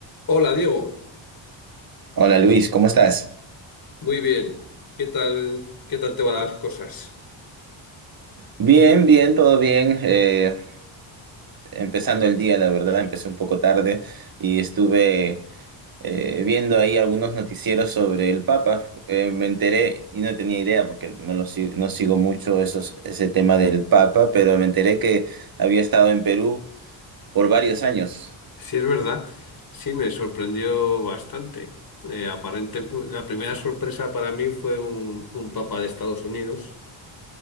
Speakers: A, on the left; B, on the right.
A: Hola Diego,
B: Hola Luis, ¿cómo estás?
A: muy bien. ¿Qué tal, qué tal te van las cosas?
B: Bien, bien, todo bien. eh, empezando el día, la verdad, empecé un poco tarde y estuve eh, viendo ahí algunos noticieros sobre el Papa. Eh, me enteré y no tenía idea porque no, lo sig- no sigo mucho esos, ese tema del Papa, pero me enteré que había estado en Perú por varios años.
A: Sí, es verdad. Sí, me sorprendió bastante. Eh, aparente, la primera sorpresa para mí fue un, un papa de Estados Unidos,